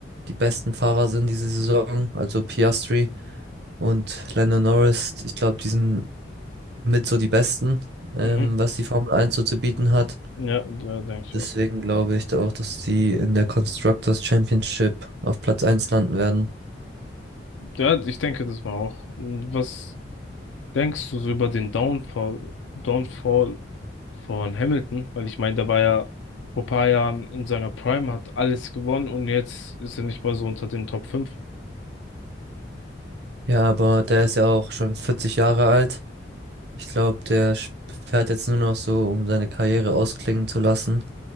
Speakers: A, on the right; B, on the left.
A: die besten Fahrer sind diese Saison. Also Piastri und Lando Norris. Ich glaube, die sind mit so die besten, ähm,
B: Mhm.
A: was die Formel 1 so zu bieten hat.
B: Ja, da denke ich
A: Deswegen
B: auch.
A: glaube ich da auch, dass die in der Constructors Championship auf Platz eins landen werden.
B: Ja, ich denke das mal auch. Was Denkst du so über den Downfall, Downfall von Hamilton? Weil ich meine, der war ja vor ein paar Jahren in seiner Prime, hat alles gewonnen und jetzt ist er nicht mal so unter den Top fünf.
A: Ja, aber der ist ja auch schon 40 Jahre alt. Ich glaube, der sp- fährt jetzt nur noch so, um seine Karriere ausklingen zu lassen.